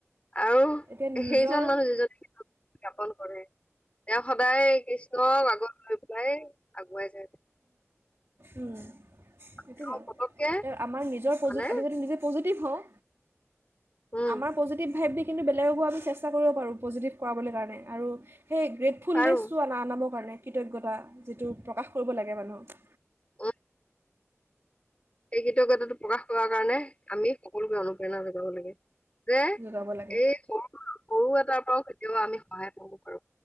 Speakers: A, on the left (about 25°); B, on the right (about 60°).
A: আৰু
B: এতিয়া নিজৰ
A: সেইজন মানুহ যিজনে জ্ঞাপন কৰে তেওঁ সদায় কৃষ্ণক আগত লৈ পেলাই আগুৱাই যায়।
B: উম, সেইটো
A: তেওঁ
B: হয়।
A: পতককে
B: আমাৰ নিজৰ পজি
A: মানে
B: আমি যদি নিজে পজিটিভ হওঁ
A: উম
B: আমাৰ পজিটিভ ভাইভ দে কিন্তু বেলেগকো আমি চেষ্টা কৰিব পাৰোঁ পজিটিভ কৰাবলৈ কাৰণে আৰু সেই ফুলনেচ
A: পাৰো
B: টো আনা-আনাবৰ কাৰণে। কৃতজ্ঞতা যিটো প্ৰকাশ কৰিব লাগে মানুহক।
A: অহ। সেই কৃতজ্ঞতাটো প্ৰকাশ কৰাৰ কাৰণে আমি সকলোকে অনুপ্ৰেৰণা যোগাব লাগে। যে
B: জগাব লাগে
A: এই সৰু-সৰু এটা কেতিয়াও আমি সহায় পাব পাৰো।